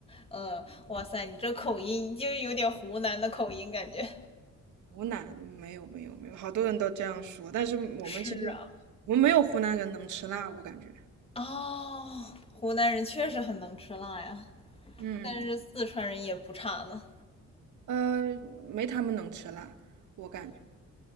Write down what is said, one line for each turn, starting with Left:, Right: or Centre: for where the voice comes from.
Left: 呃，哇塞，你这口音就有点湖南的口音感觉。
Right: 湖南没有没有没有，好多人都这样说，但是我们其实
Left: 是啊。
Right: 我们没有湖南人能吃辣，我感觉，
Left: 哦，湖南人确实很能吃辣呀。
Right: 嗯，
Left: 但是四川人也不差呢。
Right: 呃，没他们能吃辣，我感觉